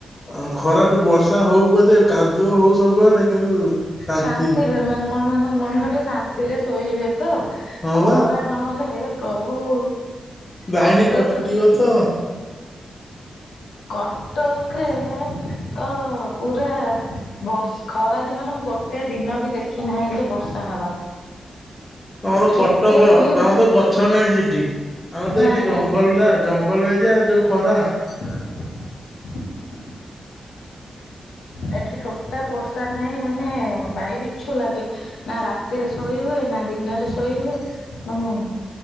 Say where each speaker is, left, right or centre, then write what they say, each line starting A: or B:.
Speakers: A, on the left; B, on the left.
A: ଆ ଖରାଠୁ ବର୍ଷା ହଉ ପଛେ ଆଉ କାଦୁଅ ହଉ ସବୁଆଡେ କିନ୍ତୁ ଶାନ୍ତି
B: ଶାନ୍ତିରେ ମାନ ମ ମଣିଷ ଟିକେ ଶାନ୍ତିରେ ଶୋଇବେ ତ
A: ହଁ
B: ଖରା
A: ବା
B: ନହେଲେ ହେ ପ୍ରଭୁ
A: ଲାଇନି
B: କଟକରେ
A: କଟିବ ତ
B: କଟକରେ ତ ପୁରା ବର୍ଷ ଖରା ଦିନରେ ମୁଁ ଗୋଟେ ଦିନ ବି ଦେଖି ନାହିଁ ଯେ ବର୍ଷା ହବା।
A: ତମର
B: କେବେ
A: କଟକ,
B: ବି
A: ତମର
B: ବର୍ଷା
A: ତ ଗଛ ନାହିଁ ସେଠି, ଆମର ତ
B: ନାଇଁ
A: ଏଠି ଜଙ୍ଗଲଟା ଅ ଜଙ୍ଗଲ ଏରିଆ ଯୋଉ ଖରା।
B: <inaudible> ଏଠି ଟୋଟାଲ ବର୍ଷା ନାହିଁ ମାନେ ବାଇ ବିଛୁ ଲାଗେ। ନା ରାତିରେ ଶୋଇ ହୁଏ, ନା ଦିନରେ ଶୋଇ ହୁଏ, ମାନେ